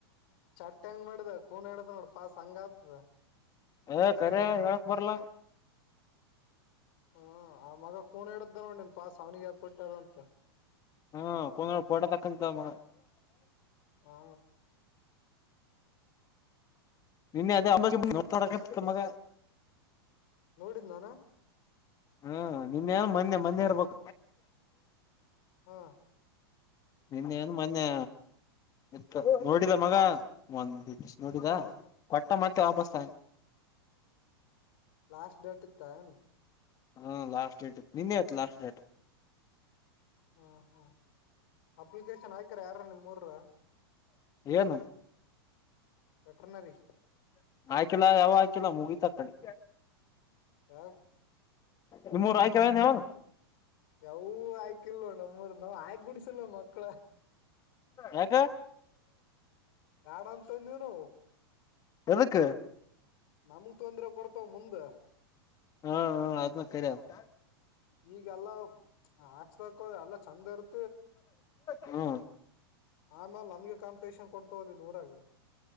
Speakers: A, on the left; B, on the left.
A: ಚಟ್ ಹೆಂಗ್ ಮಾಡಿದ ಕೂನ್ ಹಿಡದ ನೋಡ ಪಾಸ್ ಹಂಗ ಆತದ.
B: ಹ ಕರೆ ಹೆಳಕ್ ಬರ್ಲ.
A: ಹ ಆ ಮಗ ಕುನ್ ಇಡದ್ದ ನೋಡ್ ನೀನ್ ಫಾಸ್ ಅವ್ನಿಗೆ ಯಾಕ ಕೊಟ್ಟಿ ಅದು ಅಂತ.
B: ಹಾ ಕಂದ ಫೋಟೋ ತಕ್ಕಂಡಿದ್ದ ಮಗ.
A: ಹ್ಹಾ.
B: ನಿನ್ನೆ <unintelligible> ಮಾತು ಅಡಕಟ್ಟಿದ್ದೆ ಮಗ.
A: ನೋಡಿದ್ ಅನು.
B: ಹಾ ನಿನ್ ಏನ್ ಮೊನ್ನೆ ಮೊನ್ನೆ ಇರ್ಬೇಕ.
A: ಹ್ಹಾ.
B: ನಿನ್ನೆ ನು ಮೊನ್ನೆ ಇ ನೋಡಿದ ಮಗ ಒಂದ್ ನೋಡಿದ
A: ಹ್ಮ್
B: ಕೊಟ್ಟ ಮತ್ತೆ ವಾಪಸ್ ತಾನೇ.
A: ಲಾಸ್ಟ್ ಡೇಟ್ ಇತ್ತೇನ.
B: ಹಾ ಲಾಸ್ಟ್ ಡೇಟ್ ಇತ್ತು ನಿನ್ನೆ ಇತ್ತು ಲಾಸ್ಟ್ ಡೇಟ್.
A: ಹಾ ಹ್ಮ್ ಅಪ್ಲಿಕೇಶನ್ ಹಾಕ್ಯಾರ ಯಾರನು ನಿಮ್ಮ ಊರೂರು.
B: ಏನು
A: ವೆಟರ್ನರಿ
B: ಹಾಕಿಲ್ಲ ಯಾವ ಆಯ್ಕಿಲ್ಲ ಮುಗಿತ ಅಕಡೆ.
A: ಯಾವ್
B: ನಿಮ್ಮ ಊರ್ ಆಕ್ಯಾವನ್ ಯವನ.
A: ಯವು ಆಯ್ಕಿಲ ನೋಡ್ ನಮ್ಮೂರು ನಾವ್ ಆಗ ಕೊಡ್ಸಿಲ್ಲ ಮಕ್ಳ.
B: ಯಾಕ.
A: ಬ್ಯಾಡ ಅಂತ ಅಂದೀವು ನಾವು.
B: ಎದುಕ್ಕ.
A: ನಮಗ್ ತೊಂದ್ರೆ ಕೊಡ್ತವ ಮುಂದ.
B: ಹಾ ಹಾ ಅದನ್ನು ಕರೆ ಆದ.
A: ಈಗೆಲ್ಲಾ ಹಾಕ್ಸ್ಬೇಕು ಎಲ್ಲ ಚಂದ ಇರ್ತ.
B: ಹ್ಮ
A: ಆಮೇಲೆ ನಮ್ಗೆ ಕಾಂಪಿಟೇಷನ್ ಕೊಡ್ತವಲ್ಲಿ ಊರಾಗ.